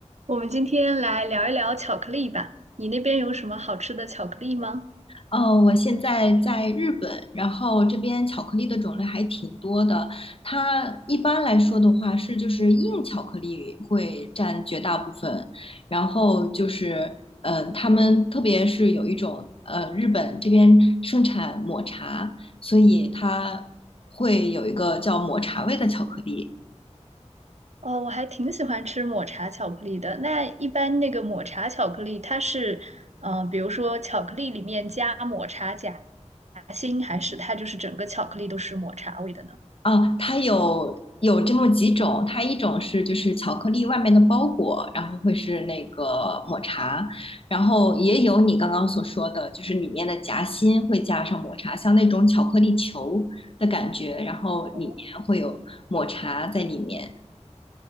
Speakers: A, on the right; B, on the left.
A: 我们今天来聊一聊巧克力吧。你那边有什么好吃的巧克力吗？
B: 哦，我现在在日本，然后这边巧克力的种类还挺多的。它一般来说的话是就是硬巧克力会占绝大部分，然后就是嗯、呃，他们特别是有一种呃，日本这边盛产抹茶，所以它会有一个叫抹茶味的巧克力。
A: 哦，我还挺喜欢吃抹茶巧克力的。那一般那个抹茶巧克力，它是，嗯，呃比如说巧克力里面加抹茶夹夹心，还是它就是整个巧克力都是抹茶味的呢？
B: 啊，它有有这么几种，它一种是就是巧克力外面的包裹，然后会是那个抹茶，然后也有你刚刚所说的，就是里面的夹心会加上抹茶，像那种巧克力球的感觉，然后里面会有抹茶在里面。
A: 哦，